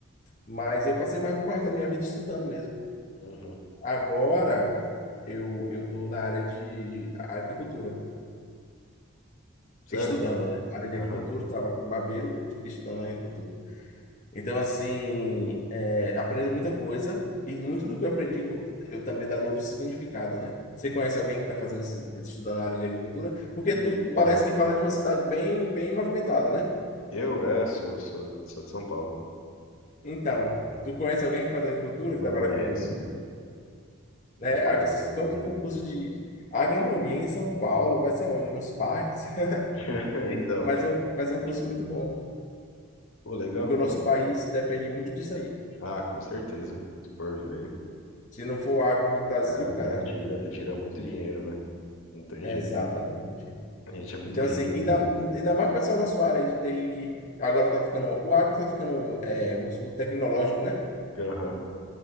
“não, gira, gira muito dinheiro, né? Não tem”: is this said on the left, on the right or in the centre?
Left